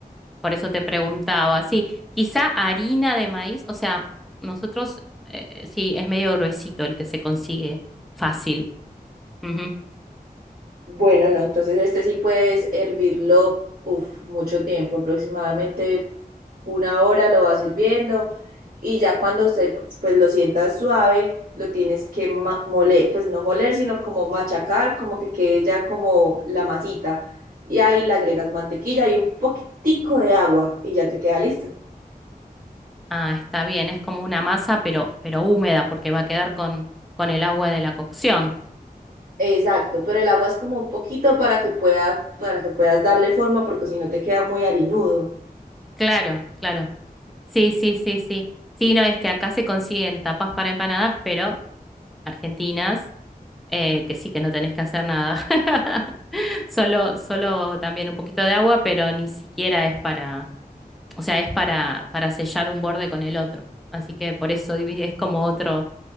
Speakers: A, in the centre; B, on the right.
A: por eso te preguntaba. Sí, quizá harina de maíz, o sea, nosotros, eh, sí, es medio gruesito el que se consigue fácil. Ujú.
B: Bueno, no, entonces este sí puedes hervirlo, uf, mucho tiempo, aproximadamente una hora lo vas hirviendo y ya cuando se, pues lo sientas suave, lo tienes que ma- moler, pues no moler, sino como machacar, como que quede ya como la masita y ahí le agregas mantequilla y un poquitico de agua y ya te queda listo.
A: Ah, está bien, es como una masa, pero, pero húmeda, porque va a quedar con, con el agua de la cocción.
B: Exacto, pero el agua es como un poquito para que pueda, para que puedas darle forma porque si no te queda muy harinudo.
A: Claro, claro. Sí, sí, sí, sí. Sí, no, es que acá se consiguen tapas para empanadas, pero argentinas, eh, que sí que no tenés que hacer nada. <laughs> Solo, solo también un poquito de agua, pero ni siquiera es para, o sea, es para, para sellar un borde con el otro. Así que por eso divi- es como otro,